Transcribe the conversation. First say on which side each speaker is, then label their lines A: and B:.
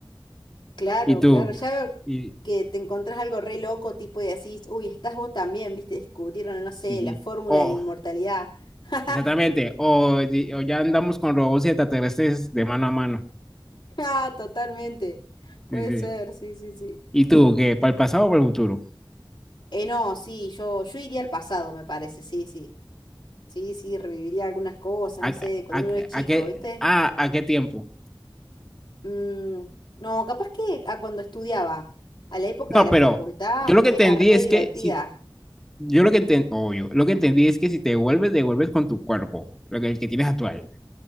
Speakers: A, on the left; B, in the centre.
A: Claro,
B: ¿Y tú?
A: claro. Ya veo
B: Y,
A: que te encontrás algo re loco, tipo, y decís, uy, estás vos también, ¿viste? Descubrieron, no sé,
B: Sí, sí.
A: la fórmula
B: O,
A: de la inmortalidad. <laughs>
B: exactamente. O, di- o ya andamos con robots y extraterrestres de mano a mano.
A: Ah, totalmente. Puede
B: Sí, sí.
A: ser, sí, sí, sí.
B: ¿Y tú, qué? ¿Para el pasado o para el futuro?
A: Eh, no, sí, yo, yo iría al pasado, me parece, sí, sí. Sí, sí, reviviría algunas cosas,
B: ¿A,
A: no sé, cuando
B: a-
A: uno es chico,
B: a qué,
A: ¿viste?
B: a, a qué tiempo?
A: Mm, no, capaz que a cuando estudiaba, a la época
B: No,
A: de la
B: pero
A: facultad,
B: yo lo que
A: era
B: entendí
A: re
B: es
A: divertida.
B: que si, yo lo que entendí, obvio, lo que entendí es que si te vuelves, te vuelves con tu cuerpo, lo que, el que tienes actual